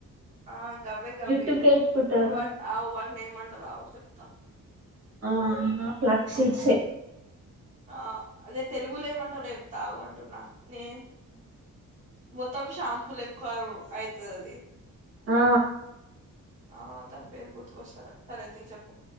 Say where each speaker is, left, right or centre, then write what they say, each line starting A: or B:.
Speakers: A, on the right; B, on the right.
A: ఆ గవ్వే, గవ్వి
B: జుట్టుకి ఎట్టుకుంటారు
A: ఆ వాటిని అవ్ వాటిని ఏమంటారు ఆవు చెప్తా.
B: ఆ ఫ్లాక్షిట్సే.
A: ఆ అదే తెలుగులే ఏమంటారో చెప్తా, ఆగు అంటున్న. నే మొత్తం షాంపూలేక్క ఆవ్ అయితదది.
B: ఆ
A: ఆ దాని పేరు గుర్తుకొస్తాలే సరే తీ చెప్పు.